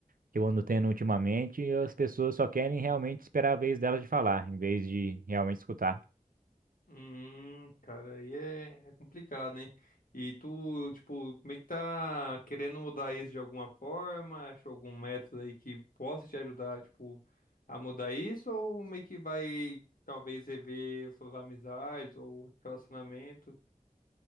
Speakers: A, on the right; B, on the left.
A: que eu ando tendo ultimamente, as pessoas só querem realmente esperar a vez delas de falar, em vez de realmente escutar.
B: Hum, cara, aí é, é complicado, hein? E tu, tipo, como é que tá querendo mudar isso de alguma forma? Achou algum método aí que possa te ajudar, tipo, a mudar isso? Ou meio que vai, talvez, rever suas amizades ou relacionamento?